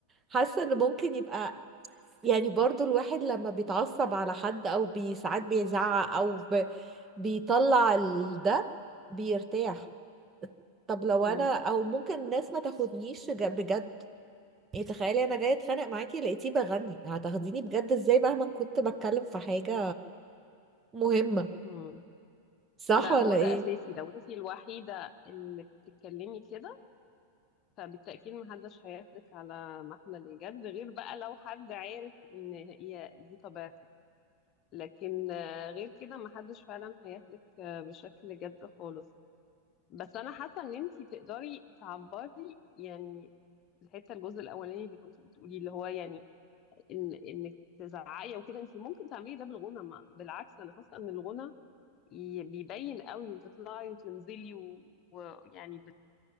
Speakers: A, on the right (about 20°); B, on the left (about 35°).
A: حاسه ان ممكن يبقى يعني برضو الواحد لما بيتعصب على حد او بي- ساعات بيزعق او ب... بيطلع ال- ده بيرتاح طب لو
B: مم.
A: انا او ممكن الناس ما تاخدنيش ج- بجد يعني تخيلي انا جايه اتخانق معاكي لقيتيه بغني هتاخديني بجد ازاي مهما كنت بتكلم في حاجه مهمه
B: مم.
A: صح
B: لا
A: ولا
B: هو
A: ايه
B: ده اساسي لو انتي الوحيده اللي بتتكلمي كده فبالتأكيد محدش هياخدك على محمل الجد غير بقى لو حد عارف ان هي دي طبيعتك لكن آه، غير كده محدش فعلا هياخدك آه، بشكل جد خالص بس انا حاسة ان انتي تقدري تعبري يعني الحتة الجزء الاولاني اللي كنتي بتقولي اللي هو يعني ان انك تزعقي وكده انتي ممكن تعملي ده بالغنى ما بالعكس انا حاسة ان الغنى ي- بيبين قوي وتطلعي وتنزلي و- ويعني